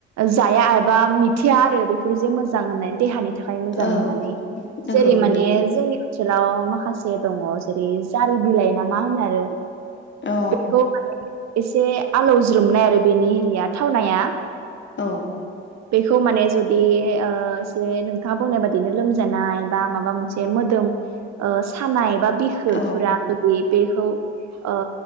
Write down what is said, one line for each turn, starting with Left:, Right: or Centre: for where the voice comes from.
Right: जाया एबा मिथिया आरो बेफोर जे मोजां होननानै देहानि थाखाय मोजां
Left: औ
Right: होननानै
Left: नंगौ
Right: जेरै
Left: नोंथां
Right: माने जोंनि ओनसोलाव माखासे दङ जेरै जारि बिलाइ ना मा होनो आरो
Left: औ
Right: बेखौ माने एसे आलौज्रोमनाय आरो बेनि एरिया थावनाया
Left: औ।
Right: बेखौ माने ओ जुदि एसे नोंथाङा बुंनाय बादिनो लोमजानाय बा माबा मोनसे मोदोम ओ सानाय बा बिखोफोरा
Left: औ
Right: जुदि बेखौ ओ